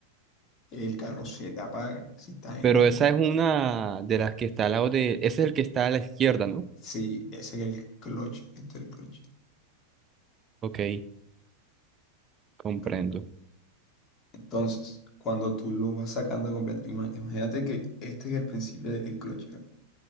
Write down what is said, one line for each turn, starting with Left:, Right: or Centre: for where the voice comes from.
Left: el carro se te apaga. Si está en,
Right: Pero esa es una de las que está al lado de... Ese es el que está a la izquierda, ¿no?
Left: si ese es el clutch, este es el clutch.
Right: Ok, comprendo.
Left: Cl- Entonces, cuando tú lo vas sacando completo, ima- imagínate que este es el principio del clutch.